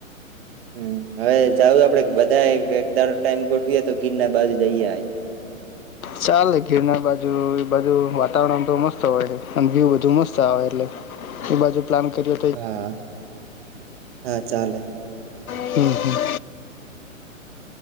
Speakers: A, on the right (about 45°); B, on the left (about 85°).
A: હમ હવે જઉું આપડે બધા એક દાડો ટાઈમ ગોઠવીએ તો ગીર ના બાજુ જઈએ
B: ચાલે ઘીરણ બાજુ એ બાજુ વાતાવરણ તો મસ્ત હોય છે. અને ભ્યુ બધું મસ્ત આવે એટલે એ બાજુ પ્લાન કરી
A: હા હા ચાલે
B: હમ્મ હમ